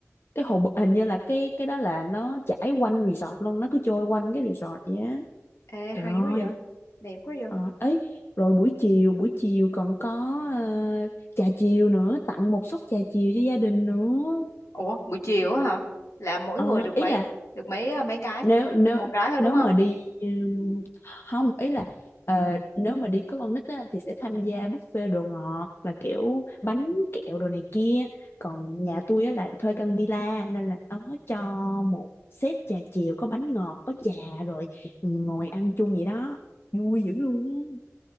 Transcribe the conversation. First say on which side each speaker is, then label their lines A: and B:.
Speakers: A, on the left; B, on the left.
A: cái hồ bơi- hình như là cái cái đó là nó chảy quanh resort luôn nó cứ trôi quanh cái resort vậy á
B: ê,
A: Trời
B: hay
A: ơi.
B: quá vậy. Đẹp quá vậy.
A: Ờ, ấy rồi buổi chiều buổi chiều còn có ờ, trà chiều nữa tặng một suất trà chiều cho gia đình nữa
B: Ủa, buổi chiều á hả? Là mỗi
A: Ờ,
B: người được
A: ý
B: mấy?
A: là
B: Được mấy à, mấy cái?
A: nếu nếu
B: Một cái thôi
A: nếu
B: đúng không?
A: mà đi ừm, không ý là ờ, nếu mà đi có con nít á, thì sẽ tham gia buffet đồ ngọt là kiểu bánh kẹo đồ này kia còn nhà tôi á, là thuê căn villa nên là nó cho một set trà chiều có bánh ngọt có trà rồi ngồi ăn chung vậy đó vui dữ luôn á